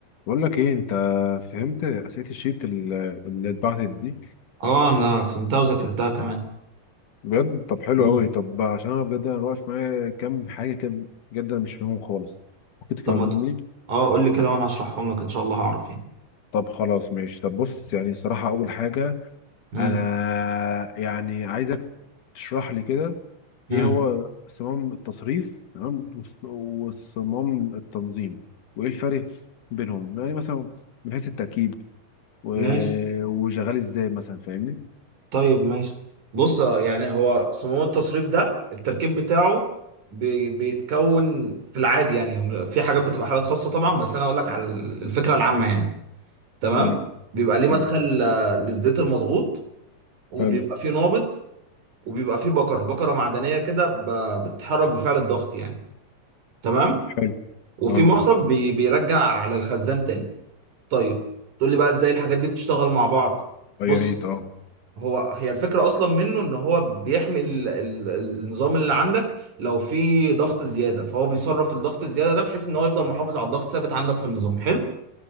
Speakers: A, on the left; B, on the right.
A: بقول لك ايه انت فهمت اسئله الشيت ال- اللي اتبعتت دي
B: اه انا فهمتها وذاكرتها كمان
A: بجد طب حلو
B: مم.
A: قوي طب عشان انا بجد انا واقف معايا كام حاجه كده بجد انا مش فاهمهم خالص ممكن تفهمهم
B: طب ما ت...
A: لي
B: اه قول لي كده وانا هشرحهم لك ان شاء الله هعرف يعني
A: طب خلاص ماشي طب بص يعني الصراحه اول حاجه
B: مم.
A: انا يعني عايزك تشرح لي كده
B: مم.
A: ايه هو صمام التصريف تمام وص- وصمام التنظيم وايه الفرق بينهم يعني مثلا من حيث التركيب و-
B: ماشي
A: وشغال ازاي مثلا فاهمني
B: طيب ماشي بص آه، يعني هو صمام التصريف ده التركيب بتاعه بي... بيتكون في العادي يعني في حاجات بتبقى حالات خاصة طبعا بس انا اقول لك على الفكرة العامة يعني تمام
A: امم
B: بيبقى ليه مدخل
A: حلو
B: آه، للزيت المضغوط وبيبقى
A: حلو.
B: فيه نابض وبيبقى فيه بكرة بكرة معدنية كده ب... بتتحرك بفعل الضغط يعني تمام
A: حلو
B: وفي
A: اه
B: مخرج بي بيرجع على الخزان تاني طيب تقول لي بقى ازاي الحاجات دي بتشتغل مع بعض
A: آه،
B: بص
A: يا ريت اه
B: هو هي الفكرة أصلا منه إن هو بيحمي ال ال النظام اللي عندك لو في ضغط زيادة فهو بيصرف الضغط الزيادة ده بحيث إن هو يفضل محافظ على الضغط ثابت عندك في النظام حلو